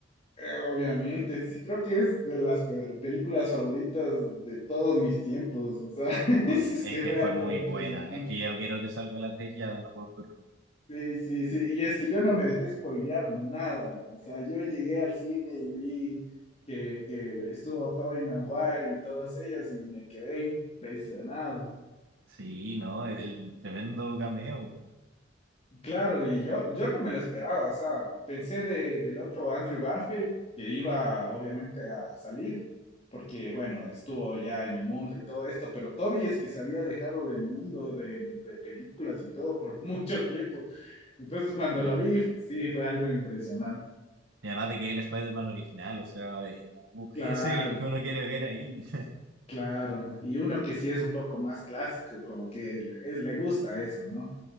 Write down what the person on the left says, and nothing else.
Eh, obviamente, sí, creo que es de las pe- películas favoritas de todos mis tiempos. O sea, <laughs>
es
que
fue
algo
impresionante.
Sí, sí, sí. Y es que yo no me dejé spoilear nada. O sea, yo llegué al cine y vi que, que estuvo Tobey Maguire y todos ellos y me quedé impresionado.
Claro, y yo, yo no me lo esperaba. O sea, pensé de- del otro Andrew Garfield que iba obviamente a salir porque, bueno, estuvo ya en el mundo y todo esto, pero Tobey es que se había alejado del mundo de, de películas y todo por <laughs> mucho tiempo. Entonces, cuando
lo vi, sí, fue algo impresionante.
Claro,
claro. Y uno que sí es un poco más clásico, como que le- es, le gusta eso, ¿no?